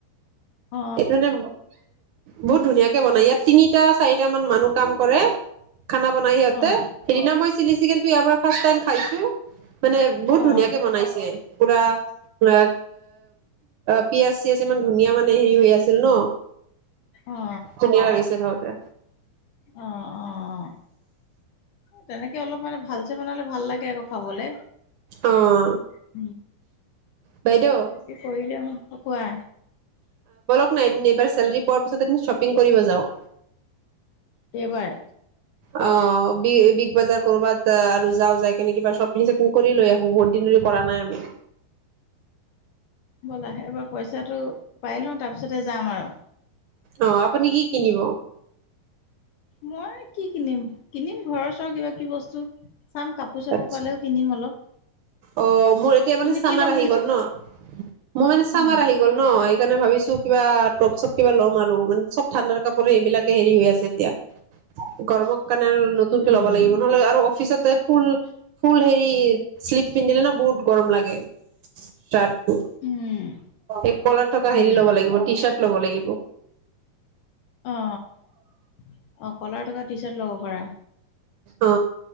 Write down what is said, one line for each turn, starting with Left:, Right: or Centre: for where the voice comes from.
Left: অ',
Right: এইটো মানে বহুত ধুনীয়া- কে বনাই ইয়াত তিনিটা চাৰিটা মান মানুহ কাম কৰে খানা বনাই সিহঁতে
Left: অ',
Right: সেইদিনা মই চিলি চিকেন টো ইয়াৰ পৰা ফাৰ্ষ্ট টাইম খাইছো মানে বহুত
Left: অ',
Right: ধুনীয়াকে বনাইছে পুৰা <unintelligible> অ পিয়াজ চিয়াজ ইমান ধুনীয়া মানে হেৰি হৈ আছিল ন
Left: অ অ
Right: ধুনীয়া লাগিছে খাওঁতে।
Left: অ অ অ তেনেকে অলপ মানে ভাল চে বনালে ভাল লাগে আক খাবলে
Right: অ',
Left: <unintelligible>
Right: বাইদেউ
Left: হেনকে কৰিলে ক কোৱা
Right: নাই দিন এবাৰ চেলৰি পোৱা তাপিছতে আমি শ্বপিং কৰিব যাওঁ
Left: সেইবাৰ।
Right: আহ বি বিগ বাজাৰ কৰবাত আৰু যাও যাই কেনে কিবা শ্বপিং চপিং কৰি লৈ আহো বহুত দিন ধৰি কৰা নাই আমি।
Left: ব'লা এবাৰ পইচাটো পাই লওঁ তাৰপিছতে যাম আৰু।
Right: অ', আপুনি কি কিনিব?
Left: মই কি কিনিম কিনিম ঘৰৰ ওচৰৰ কিবা কিবি বস্তু। চাম কাপোৰ চাপোৰ
Right: আচ্ছা
Left: পালেও কিনিম অলপ।
Right: অ মোৰ এতিয়া মানে
Left: তুমি
Right: চামাৰ
Left: কি ল'ম
Right: আহি
Left: বুলি ভাবিছা?
Right: গ'ল ন মোৰ মানে চামাৰ
Left: উম
Right: আহি গল ন সেইকাৰণে ভাবিছো কিবা টপ চপ কিবা লম আৰু মানে চব ঠাণ্ডাৰ কাপ পোৰা বিলাকে হেৰি হৈ আছে এতিয়া। গৰমত কাৰণে আৰু নতুনকে
Left: উম
Right: ল'ব লাগিব নহলে আৰু অফিচতে। ফুল ফুল হেৰি শ্লিপ পিন্ধিলে ন বহুত গৰম লাগে তাত।
Left: উম
Right: এই কলাৰ থকা
Left: উম।
Right: হেৰি ল'ব লাগিব টি চাৰ্ট। লব লাগিব।
Left: অ, অ, কলাৰ থকা টি চাৰ্ট ল'ব পাৰা।
Right: অ,